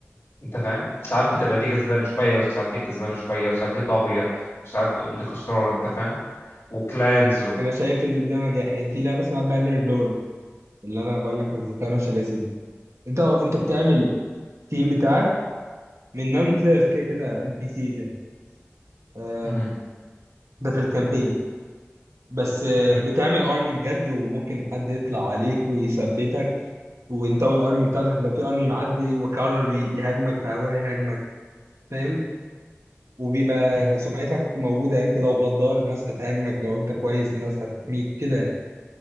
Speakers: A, on the left; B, on the right.
A: انت فاهم ساعات بتبقى دي كسبانه شويه وساعات دي كسبانه شويه وساعات دي طاغيه وساعات تقوم دي خسرانه انت فاهم وكلانز و...
B: انا شايف ان ده نجاح يعني في لعبه اسمها بانر لورد اللي انا بقول لك نزلتها انا وشباسي دي انت انت بتعمل تيم بتاعك من نون بلايرز كده كده ام بي سيز يعني آه،
A: مهم.
B: ده في الكامبين بس آه،
A: اوكي
B: بتعمل ارمي بجد وممكن حد يطلع عليك ويثبتك وانت والارمي بتاعتك لو في ارمي معدي وقرر ي- يهاجمك فهو هيهاجمك فاهم وبيبقى
A: مهم.
B: سمعتك موجودة يعني انت لو غدار الناس هتهاجمك لو انت كويس الناس هتحميك كده